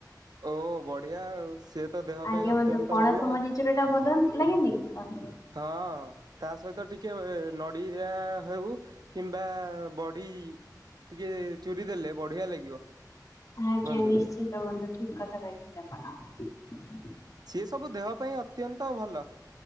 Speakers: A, on the right; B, on the left.
A: ଓ ବଢିଆ ଆଉ। ସିଏ ତ ଦେହ ପାଇଁ
B: ଆଜ୍ଞା
A: ଅତ୍ୟନ୍ତ
B: ବନ୍ଧୁ ପଣସ
A: ଭଲ ଆଉ।
B: ମଞ୍ଜି ଚୁରା ଟା ଭଲ ନୁହଁ? ଲାଗେ ନି କି। ବନ୍ଧୁ?
A: ହଁ ତା ସହିତ ଟିକେ ନଡ଼ିଆ ହେଉ କିମ୍ବା ବଢି ଟିକେ ଚୁରି ଦେଲେ ବଢିଆ ଲାଗିବ
B: ଆଜ୍ଞା
A: ବନ୍ଧୁ।
B: ନିଶ୍ଚିନ୍ତ ବନ୍ଧୁ ଠିକ କଥା କହିଛନ୍ତି ଆପଣ। ହ <inaudible>
A: ସିଏ ସବୁ ଦେହ ପାଇଁ ଅତ୍ୟନ୍ତ ଭଲ